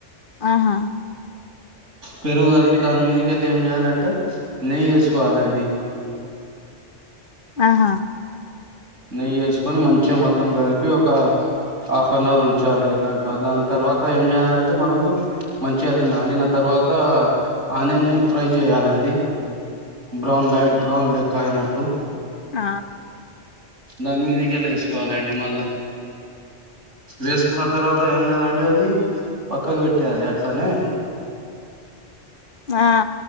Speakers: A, on the left; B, on the right.
A: ఆహా
B: పెరుగు కలిపి దాని మీదకెళ్ళి ఏం చేయాలంటే నెయ్యి వేసుకోవాలండి
A: ఆహా
B: నెయ్యి వేసుకొని మంచిగా మొత్తం కలిపి ఒక హాఫ్ అన్ అవర్ ఉంచాలి దాంట్లో దాని తర్వాత ఏం చేయాలి అంటే మనకు మంచిగా తిన్న నిన్న తర్వాత ఆనియన్ని ఫ్రై చేయాలండి బ్రౌన్ లైట్ బ్రౌన్ లెక్ అయినట్టు
A: ఆ
B: దాని మీదికెళ్ళి వేసుకోవాలండి మళ్ళా వేసుకున్న తర్వాత ఏం లేదండి అది పక్కకి పెట్టేయాలి అట్లనే
A: ఆ